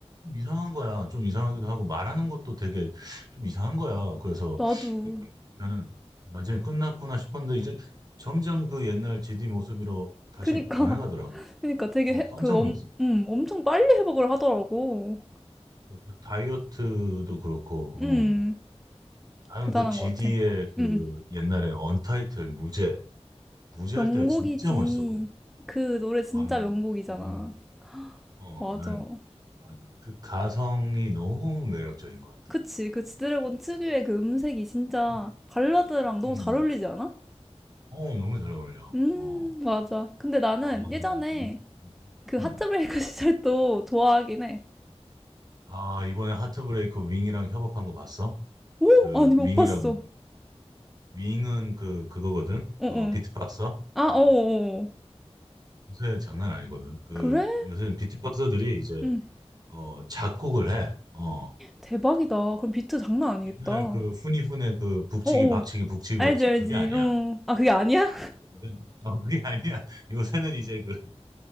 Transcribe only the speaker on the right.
이상한 거야. 좀 이상하기도 하고 말하는 것도 되게 좀 이상한 거야. 그래서
나는 완전히 끝났구나 싶었는데 이제 점점 그 옛날 GD 모습으로 다시
변해가더라고.
어,
깜짝
놀랐어.
그, 그 다이어트도 그렇고,
어. 나는
그 GD의
그
옛날에 언타이틀 무제 무제
할 때가 진짜 멋있었거든.
와,
이건 어,
난, 난그 가성이 너무 매력적인 것 같아.
음,
음.
어, 너무 잘 어울려.
어,
아,
그,
음.
아, 이번에 하트브레이크 윙이랑 협업한 거 봤어?
그
윙이라고
윙은 그 그거거든.
어,
비트박서.
어,
요새 장난 아니거든. 그
요새는 비트박서들이 이제
어 작곡을 해. 어,
옛날 그 후니훈의 그 북치기
박치기 북치기
박치기
그게 아니야.
근데- 어, 그게 아니야. <laughs> 요새는 이제 그